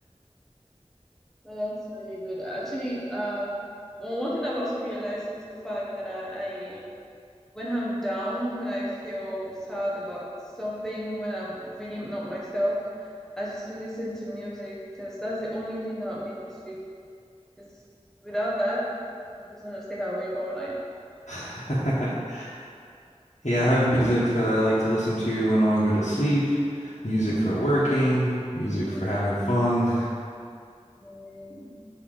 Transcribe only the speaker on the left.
<laughs> <laughs> Yeah, I have music that I like to listen to when I want to go to sleep, music
for working, music
for having fun.